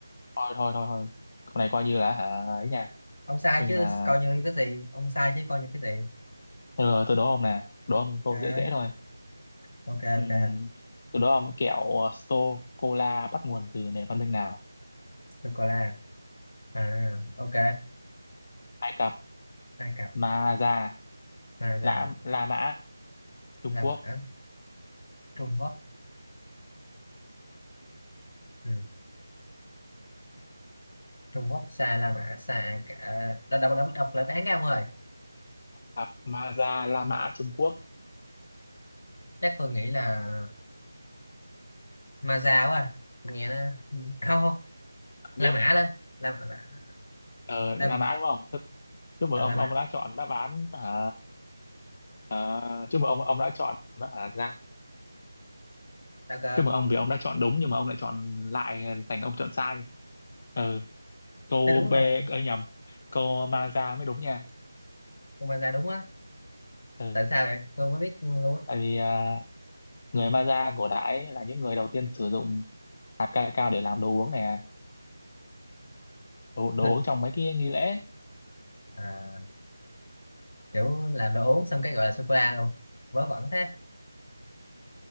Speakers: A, on the left (about 30°); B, on the left (about 60°).
A: thôi thôi thôi thôi câu này coi như là hả ấy nha
B: ông sai
A: coi
B: chứ
A: như là
B: coi như cái gì ông sai chứ coi như cái gì
A: tôi, tôi đố ông nè đố ông câu
B: à,
A: dễ dễ thôi
B: ok
A: Ừm,
B: ok
A: tôi đố ông kẹo sô cô la bắt nguồn từ nền văn minh nào
B: Sô cô la. À, ok.
A: Ai Cập
B: Ai Cập,
A: Ma Da
B: Hoa Gia,
A: La La Mã Trung
B: La
A: Quốc
B: Mã, Trung Quốc. Ừ. Trung Quốc xa La Mã xa Ai Cập. À, đọc đọc đọc, đọc lại án cái ông ơi.
A: Ai Cập Ma Da La Mã Trung Quốc
B: Chắc tôi nghĩ là Ma Gia quá. à. Tôi Nghe nó Ừ. không không
A: Ông
B: La
A: biết
B: Mã lắm. La Mã La
A: ờ,
B: La,
A: là đã đúng không Thế chúc mừng
B: ờ,
A: ông
B: La Mã.
A: ông đã chọn đáp án hả Ờ, chúc mừng ông ông đã chọn đáp án ra
B: Sao cơ?
A: chúc mừng ông vì ông đã chọn đúng nhưng mà ông lại chọn lại thành ông chọn sai ừ, câu
B: Thế đúng là
A: B ấy nhầm câu Maza mới đúng nha
B: con Ma Gia đúng á.
A: ừ,
B: Tại sao vậy? Tôi mới biết luôn á.
A: tại vì à, người Maza cổ đại là những người đầu tiên sử dụng hạt cacao cao để làm đồ uống này à. đồ, đồ
B: Là-
A: uống trong mấy cái nghi lễ
B: À, kiểu làm đồ uống xong cái gọi là sô cô la luôn. Vớ vẩn thế.